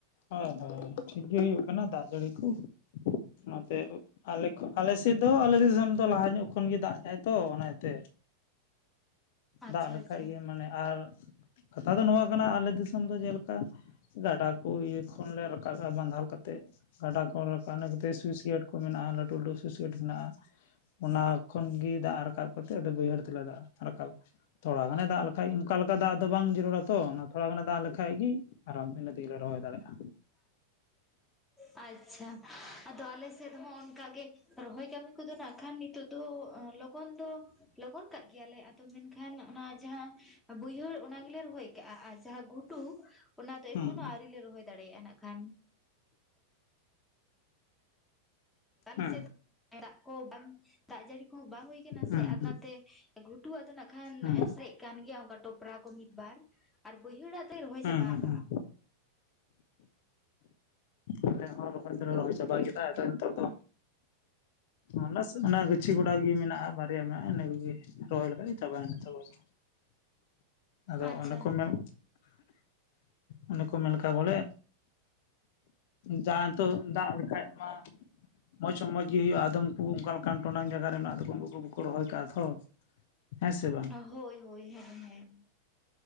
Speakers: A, on the left; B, in the centre.
A: ᱦᱳᱭ ᱦᱳᱭ ᱴᱷᱤᱠ ᱜᱮ ᱦᱩᱭᱩᱜ ᱠᱟᱱᱟ ᱫᱟᱜ ᱡᱟᱹᱲᱤ ᱠᱚ᱾ ᱚᱱᱟ ᱛᱮ ᱟᱞᱮ ᱟᱞᱮᱥᱮᱫ ᱫᱚ ᱟᱞᱮ ᱫᱤᱥᱚᱢ ᱫᱚ ᱞᱟᱦᱟ ᱧᱚᱜ ᱠᱷᱚᱱ ᱜᱮ ᱫᱟᱜ ᱮᱫᱟᱭ ᱛᱚ᱾ ᱚᱱᱟᱛᱮ
B: ᱟᱪᱪᱷᱟ
A: ᱫᱟᱜ ᱞᱮᱠᱷᱟᱡ
B: ᱟᱪᱪᱷᱟ
A: ᱜᱮ ᱢᱟᱱᱮ ᱟᱨ ᱠᱟᱛᱷᱟ ᱫᱚ ᱱᱚᱣᱟ ᱠᱟᱱᱟ ᱟᱞᱮ ᱫᱤᱥᱚᱢ ᱫᱚ ᱡᱮᱞᱮᱠᱟ ᱜᱟᱰᱟ ᱠᱚ ᱤᱭᱟᱹ ᱠᱷᱚᱱ ᱞᱮ ᱨᱚ ᱠᱟᱥᱟ ᱵᱟᱸᱫᱷᱟᱣ ᱠᱟᱛᱮᱜ, ᱜᱟᱰᱟ ᱠᱚ ᱨᱟᱠᱟᱵ ᱚᱱᱟ ᱠᱷᱟᱹᱛᱤᱨ ᱥᱩᱭᱥᱟᱭᱤᱰ ᱠᱚ ᱢᱮᱱᱟᱜᱼᱟ᱾ ᱞᱟᱹᱴᱩ ᱞᱟᱹᱴᱩ ᱥᱩᱭᱥᱟᱭᱤᱰ ᱢᱮᱱᱟᱜᱼᱟ᱾ ᱚᱱᱟ ᱛᱚᱠᱷᱚᱱ ᱜᱮ ᱫᱟᱜ ᱨᱟᱠᱟᱵ ᱠᱟᱛᱮ, ᱟᱫᱚ ᱵᱟᱹᱭᱦᱟᱹᱲ ᱛᱮᱞᱮ ᱫᱟᱜ ᱨᱟᱠᱟᱵᱟ᱾ ᱛᱷᱚᱲᱟ ᱜᱟᱱᱮ ᱫᱟᱜ ᱞᱮᱠᱷᱟᱡ ᱚᱱᱠᱟ ᱞᱮᱠᱟ ᱫᱟᱜ ᱫᱚ ᱵᱟᱝ ᱡᱟᱹᱨᱩᱲᱟ ᱛᱚ᱾ ᱚᱱᱟ ᱛᱷᱚᱲᱟ ᱜᱟᱱᱮ ᱫᱟᱜ ᱞᱮᱠᱷᱟᱡ ᱜᱮ ᱟᱨᱟᱢ ᱤᱱᱟᱹ ᱛᱮᱜᱮᱞᱮ ᱨᱚᱦᱚᱭ ᱫᱟᱲᱮᱭᱟᱜᱼᱟ᱾
B: ᱟᱪᱪᱷᱟ, ᱟᱫᱚ ᱟᱞᱮ ᱥᱮᱫ ᱦᱚᱸ ᱚᱱᱠᱟ ᱜᱮ ᱨᱚᱦᱚᱭ ᱠᱟ. ᱢᱤ ᱠᱚᱫᱚ ᱱᱟᱜ ᱠᱷᱟᱱ ᱱᱤᱛᱚᱜ ᱫᱚ ᱞᱚ ᱞᱚᱜᱚᱱ ᱫᱚ ᱞᱚᱜᱚᱱ ᱠᱟᱜ ᱜᱮᱭᱟᱞᱮ, ᱢᱮᱱᱠᱷᱟᱱ ᱚᱱᱟ ᱡᱟᱦᱟᱸ ᱵᱟᱹᱭᱦᱟᱹᱲ ᱚᱱᱟ ᱜᱮᱞᱮ ᱨᱚᱦᱚᱭ, ᱠᱟᱜᱼᱟ ᱟᱨ ᱡᱟᱦᱟᱸ ᱜᱷᱩᱴᱩ ᱚᱱᱟ ᱫᱚ
A: ᱦᱩᱸ
B: ᱮᱠᱷᱚᱱᱳ ᱟᱹᱣᱨᱤ ᱞᱮ ᱨᱚᱦᱚᱭ ᱫᱟᱲᱮᱭᱟᱜᱼᱟ, ᱱᱟᱜ ᱠᱷᱟᱱ ᱟᱞᱮ
A: ᱦᱩᱸ
B: ᱥᱮᱫ ᱫᱚ ᱫᱟᱜ ᱠᱚ ᱵᱟᱝ, ᱫᱟᱜ ᱡᱟᱹᱲᱤ ᱠᱚᱦᱚᱸ ᱵᱟᱝ ᱦᱩᱭ ᱠᱟᱱᱟ
A: ᱦᱩᱸ
B: ᱥᱮ
A: ᱦᱩᱸ
B: ᱟᱨ ᱚᱱᱟᱛᱮ ᱜᱷᱩᱴᱩ ᱟᱫᱚ ᱱᱟᱜ ᱠᱷᱟᱱ
A: ᱦᱩᱸ
B: ᱥᱮᱡ ᱠᱟᱱ ᱜᱮᱭᱟ, ᱚᱱᱠᱟ ᱴᱚᱯᱨᱟ ᱠᱚ ᱢᱤᱫ ᱵᱟᱨ ᱟᱨ ᱵᱟᱹᱭᱦᱟᱹᱲᱟᱜ ᱛᱮ ᱨᱚᱦᱚᱭ
A: ᱦᱩᱸ
B: ᱪᱟᱵᱟ
A: ᱦᱩᱸ
B: ᱟᱠᱟᱜᱼᱟ᱾
A: ᱦᱩᱸ ᱟᱞᱮ ᱦᱚᱸ ᱨᱚᱦᱚᱭ ᱫᱚᱞᱮ ᱨᱚᱦᱚᱭ ᱪᱟᱵᱟ ᱠᱮᱫᱟ ᱟᱫᱚ ᱱᱤᱛᱚᱜ ᱫᱚ ᱚᱱᱮᱥ ᱚᱱᱟ ᱜᱩᱪᱷᱤ ᱜᱚᱰᱟ ᱜᱮ ᱢᱮᱱᱟᱜᱼᱟ᱾ ᱵᱟᱨᱭᱟ ᱢᱮᱱᱟᱜᱼᱟ, ᱤᱱᱟᱹ ᱠᱚᱜᱮ ᱨᱚᱦᱚᱭ ᱞᱮᱠᱷᱟᱡ ᱪᱟᱵᱟᱭᱮᱱᱟ ᱪᱟᱵᱟ ᱫᱚ, ᱟᱫᱚ
B: ᱟᱪᱪᱷᱟ
A: ᱚᱱᱮ ᱠᱚ ᱢᱮᱱ ᱚᱱᱮ ᱠᱚ ᱢᱮᱱ ᱠᱟᱜ ᱵᱚᱞᱮ ᱡᱟᱦᱟᱸ ᱱᱤᱛᱚᱜ ᱫᱟᱜ ᱞᱮᱠᱷᱟᱡ ᱢᱟ ᱢᱚᱸᱡᱽ ᱦᱚᱸ ᱢᱚᱸᱡᱽ ᱜᱮ ᱦᱩᱭᱩᱜᱼᱟ᱾ ᱟᱫᱚᱢ ᱠᱩ ᱚᱱᱠᱟ ᱞᱮᱠᱟᱱ ᱴᱚᱱᱟᱝ ᱡᱟᱭᱜᱟ ᱨᱮ ᱢᱮᱱᱟᱜ ᱛᱟᱠᱚᱣᱟ, ᱩᱱᱠᱩ ᱵᱟᱠᱚ ᱨᱚᱦᱚᱭ ᱟᱠᱟᱜᱼᱟ ᱛᱷᱚ ᱦᱮᱸ ᱥᱮ ᱵᱟᱸ
B: ᱦᱳᱭ ᱦᱳᱭ ᱦᱮᱸ ᱦᱮᱸ᱾